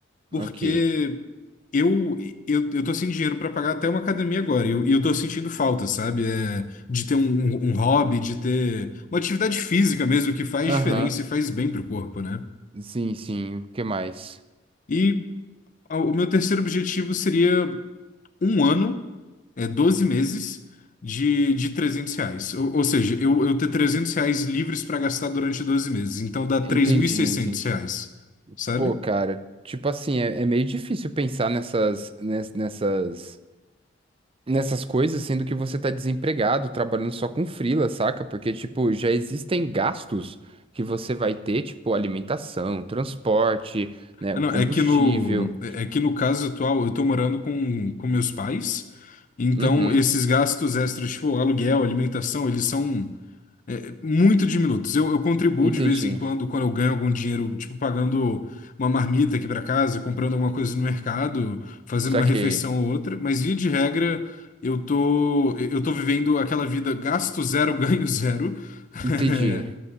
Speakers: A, on the left; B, on the right.
A: porque
B: ok.
A: eu eu, eu tô sem dinheiro para pagar até uma academia agora, e eu, e eu tô sentindo falta, sabe? É, de ter um, um, um hobby, de ter uma atividade física mesmo, que faz diferença
B: Aham,
A: e faz bem pro corpo, né?
B: Sim, sim, o que mais?
A: E a- o meu terceiro objetivo seria um ano, é 12 meses de, de 300 reais. Ou, ou seja, eu, eu ter 300 reais livres para gastar durante 12 meses. Então dá três
B: Entendi,
A: mil e seiscentos
B: entendi.
A: reais, sabe?
B: Pô, cara, tipo assim, é, é meio difícil pensar nessas, ness- nessas nessas coisas, sendo que você tá desempregado, trabalhando só com freela, saca? Porque, tipo, já existem gastos que você vai ter, tipo, alimentação, transporte, né,
A: Ah,
B: o
A: não,
B: combustível.
A: é que no, é é que no caso atual eu tô morando com, com meus pais. Então
B: Uhum,
A: esses gastos extras, tipo aluguel, alimentação, eles são. É, muito diminutos. Eu, eu contribuo
B: entendi.
A: de vez em quando, quando eu ganho algum dinheiro, tipo pagando uma marmita aqui para casa, comprando alguma coisa no mercado, fazendo
B: Saquei.
A: uma refeição ou outra, mas via de regra, eu tô, eu tô vivendo aquela vida gasto zero, <laughs> ganho zero.
B: Entendi.
A: <laughs>